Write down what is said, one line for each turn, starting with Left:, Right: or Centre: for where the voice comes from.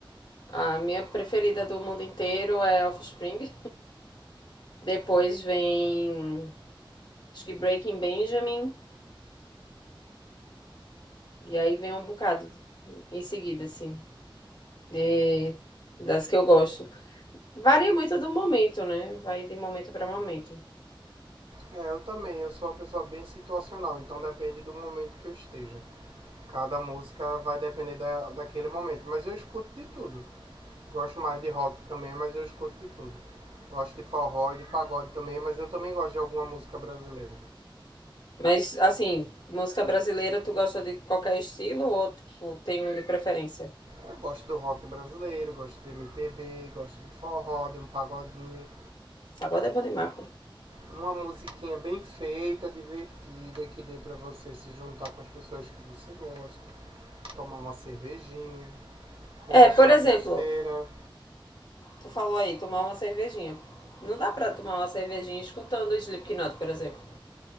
Left: A minha preferida do mundo inteiro é Offspring. Depois vem, acho que Breaking Benjamin. E aí vem um bocado em seguida, assim, de, das que eu gosto. Varia muito do momento, né? Vai de momento para momento.
Right: É, eu também, eu sou uma pessoa bem situacional, então depende do momento que eu esteja. Cada música vai depender da, daquele momento. Mas eu escuto de tudo. Gosto mais de rock também, mas eu escuto de tudo. Gosto de forró e de pagode também, mas eu também gosto de alguma música brasileira.
Left: Mas, assim, música brasileira, tu gosta de qualquer estilo ou tipo, tem um de preferência?
Right: Eu gosto do rock brasileiro, gosto de MPB, gosto de forró, de um pagodinho.
Left: Agora é bom de marco.
Right: Uma musiquinha bem feita, divertida, que dê pra você se juntar com as pessoas que você gosta, tomar uma cervejinha, conversar
Left: É, por
Right: besteira.
Left: exemplo, tu falou aí, tomar uma cervejinha. Não dá pra tomar uma cervejinha escutando Slipknot, por exemplo.